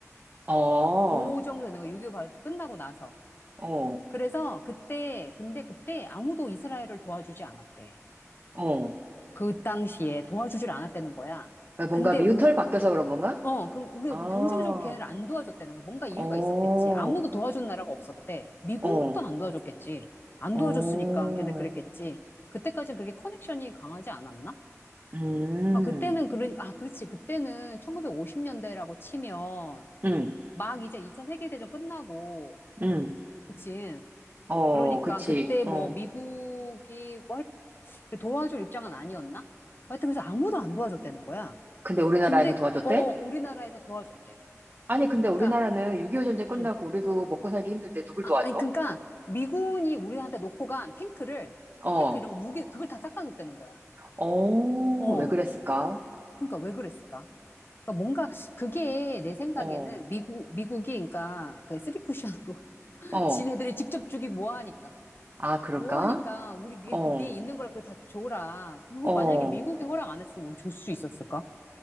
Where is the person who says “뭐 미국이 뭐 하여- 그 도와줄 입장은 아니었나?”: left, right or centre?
Left